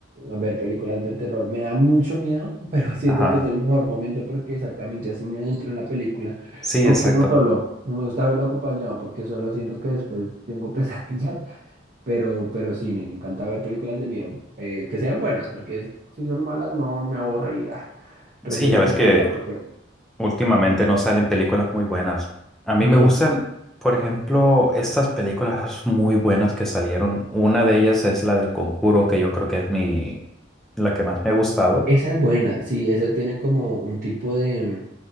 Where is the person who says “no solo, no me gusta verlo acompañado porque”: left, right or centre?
Right